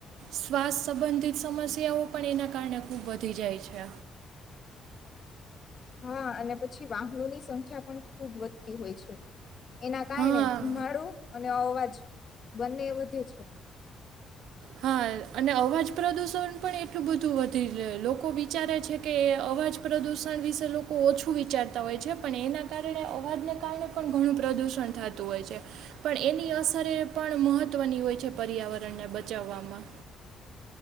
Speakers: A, on the right; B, on the left.
A: શ્વાસ સંબંધિત સમસ્યાઓ પણ એના કારણે ખૂબ વધી જાય છે.
B: હા અને પછી વાહનોની સંખ્યા પણ ખૂબ વધતી હોય છે. એના કારણે
A: હા
B: ધુંમાડું અને અવાજ બંને વધે છે.
A: હા અને અવાજ પ્રદૂષણ પણ એટલું બધું વધી રહ લોકો વિચારે છે કે અવાજ પ્રદુષણ વિશે લોકો ઓછું વિચારતા હોય છે પણ એના કારણે અવાજને કારણે પણ ઘણું પ્રદૂષણ થતું હોય છે પણ એની અસરે એ પણ મહત્ત્વની હોય છે પર્યાવરણને બતાવવામાં.